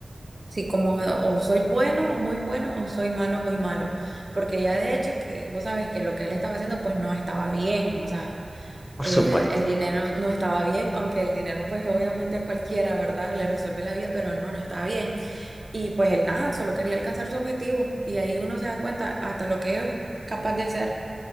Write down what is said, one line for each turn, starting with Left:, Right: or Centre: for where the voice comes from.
Right: Sí, como o soy bueno o muy bueno o soy malo muy malo, porque ya de hecho que vos sabes que lo que él estaba haciendo pues no estaba bien, o sea,
Left: <laughs> por
Right: eh,
Left: supuesto.
Right: el dinero no estaba bien, aunque el dinero pues obviamente a cualquiera, ¿verdad? Le resuelve la vida, pero no, no estaba bien. Y pues él nada, solo quería alcanzar su objetivo y ahí uno se da cuenta hasta lo que es capaz de hacer